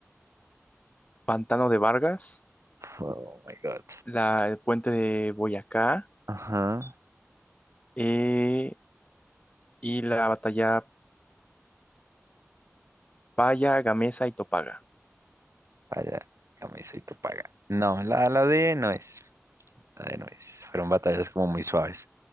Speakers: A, on the left; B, on the right.
A: Pantano de Vargas,
B: <laughs> oh my God.
A: la, el puente de Boyacá
B: Ajá,
A: eh, y la batalla Paya, Gamesa y Topaga.
B: vaya, camisa y tu paga. No, la, la D no es. Bueno, es- fueron batallas como muy suaves.